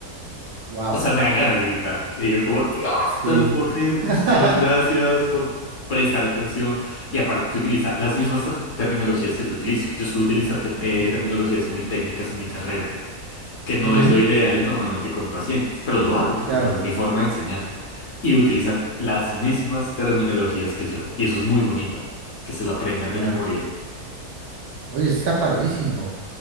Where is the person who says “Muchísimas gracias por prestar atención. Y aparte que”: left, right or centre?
Left